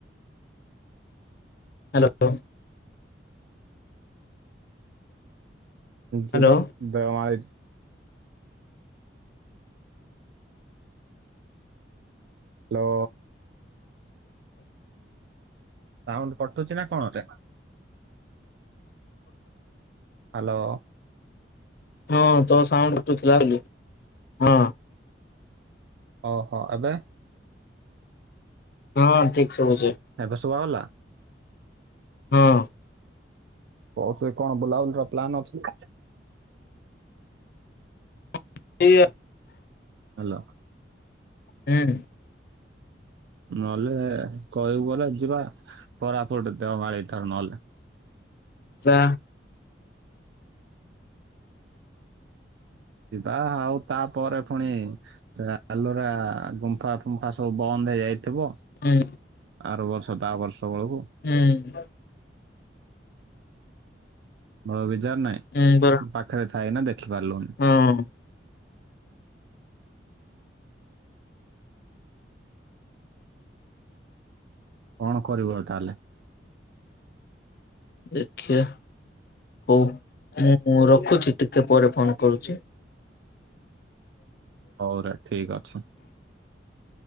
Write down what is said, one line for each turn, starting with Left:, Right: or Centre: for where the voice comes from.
Left: ହାଲୋ। ହ୍ୟାଲୋ।
Right: ଯିବା ଦେଓମାଳି। ହ୍ୟାଲୋ। ସାଉଣ୍ଡ କଟୁଛି ନା କଣ ଟେ ହାଲୋ।
Left: ହଁ ତୋ ସାଉଣ୍ଡୁ କଟୁ ଥିଲା ବୋଲି ହଁ।
Right: ଓହୋ ଏବେ
Left: ହଁ ଠିକ ଶୁଭୁଛି।
Right: ଏବେ ଶୁଭାଗଲା?
Left: ହଁ।
Right: କହୁଛ କଣ ବୁଲାବୁଲିର ପ୍ଲାନ ଅଛି ନା।
Left: <inaudible>
Right: ହାଲୋ।
Left: ହୁଁ।
Right: ନହେଲେ କହିବୁ ଗଲେ ଯିବା କୋରାପୁଟ ଦେଓମାଳି ଥରେ ନହେଲେ।
Left: ଚା।
Right: ଯିବା ଆଉ ତାପରେ ପୁଣି ସେ ଆଲୋରା ଗୁମ୍ଫା ଗୁମ୍ଫା ସବୁ ବନ୍ଦ ହେଇଯାଇଥିବ
Left: ହୁଁ
Right: ଆର ବର୍ଷ ତା ବର୍ଷ ବେଳକୁ
Left: ହୁଁ।
Right: ବଡ଼ ବିଜାର ନାଇଁ
Left: ହୁଁ ପରା
Right: ପାଖରେ ଥାଇ ନା ଦେଖିପାରିଲୁନି
Left: ହଁ
Right: କଣ କରିବୁ, ଆଉ ତାହେଲେ?
Left: ଦେଖିବା। ହଉ ମୁଁ ରଖୁଛି ଟିକେ ପରେ ଫୋନ କରୁଛି।
Right: ହଉରେ ଠିକ୍ ଅଛି।